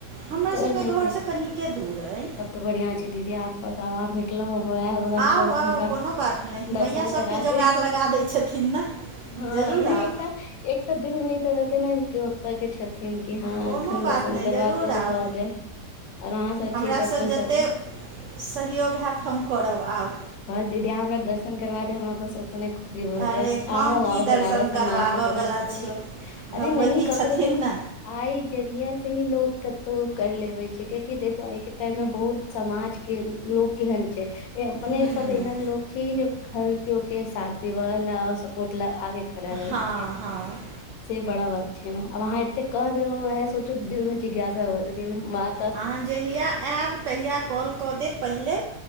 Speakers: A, on the right; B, on the left.
A: हमरा
B: त
A: सभके
B: एनाइते,
A: घरसँ कनिके दूर अइ
B: तब त बढ़िया छै दीदी आहाँ के पास। <unintelligible> देखलो वैहा भगान
A: आउ
B: सब
A: आउ
B: भगवान
A: कोनो बात नहि
B: दर्शन
A: मैया सभके
B: करा
A: जोगाड़
B: दे।
A: लगा दै छथिन ने
B: हँ
A: जरूर
B: नहि
A: आउ
B: एकटा एकटा दिल नहि त रहतै न कियो एटा के छथिन कि हँ
A: कोनो
B: अखन
A: बात
B: दर्शन
A: नहि
B: करवाक
A: जरूर आउ
B: ओ भऽ जा। आर अहाँ सब
A: हमरासँ
B: छी तऽ अपन
A: जतेक
B: सबके।
A: सहयोग हैत हम करब आऊ।
B: बस दीदी हमरा दर्शन करबा देब <unintelligible> ओतने
A: अरे
B: <unintelligible>
A: हम
B: आँहु
A: की
B: आऊ बनारस
A: दर्शन
B: हम
A: करबाबयवला
B: अहानके बनारस कराऊँ
A: छी
B: अरे
A: भगवती
B: नही ककरो
A: छथिन
B: देखु
A: ने
B: आइ जरिया से ही लोग कतहु कर लेबे छै कियकि देखु आइ के टाइम मे बहुत समाज के लोग केहन छै ए मने
A: हूँ
B: सब एहन लोग छी जे हर केओ के साथ देब ला सपोर्ट ल आबे खड़ा रहै
A: हँ
B: छीये।
A: हँ
B: से बड़ा बात छै ने आब अहाँ एते कह देलहुं वै ह सोचू दिल में जिज्ञासा बढ़ गेल हमार।
A: अहाँ जहिया ऐब तहिया कॉल कऽ देब पहिले